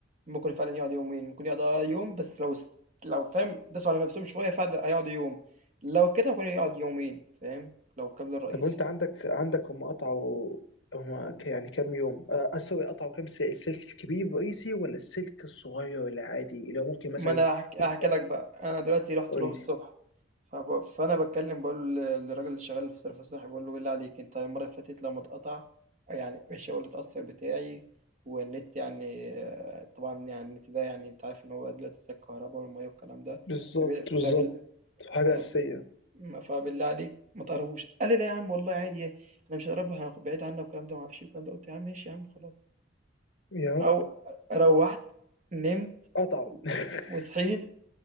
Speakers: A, on the right (about 40°); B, on the left (about 80°).
A: ممكن فعلًا يقعد يومين، ممكن يقعد آه يوم بس لو س لو فاهم داسوا على نفسهم شوية فعلًا هيقعدوا يوم، لو كده ممكن يقعد يومين فاهم؟ لو الكابل الرئيسي.
B: طب وانت عندك عندك هم قطعوا هم ك- يعني كام يوم أ- اسوي قطعوا كام س- السلك الكبير الرئيسي ولا السلك الصغير ولا عادي اللي هو ممكن مثلا
A: ما انا هحك- هحكي
B: يتلم
A: لك بقى انا دلوقتي رحت
B: قول
A: لهم الصبح
B: لي
A: فب... فانا بتكلم بقول ل- للراجل اللي شغال في صرف الصحي بقول له بالله عليك انت المره اللي فاتت لما اتقطع يعني الشغل اتاثر بتاعي والنت يعني آه، طبعا يعني النت ده يعني انت عارف ان هو دلوقتي زي الكهرباء والميه والكلام ده
B: بالظبط
A: فب... فبال...
B: بالظبط حاجة
A: فب...
B: أساسية
A: فبالله عليك ما تقربوش قال لي لا يا عم والله عادي انا مش هقربها بعيد عنها والكلام ده ما اعرفش إيه والكلام ده قلت يا عم ماشي يا عم خلاص
B: يا رب
A: او روحت نمت
B: قطعوا <laughs>
A: وصحيت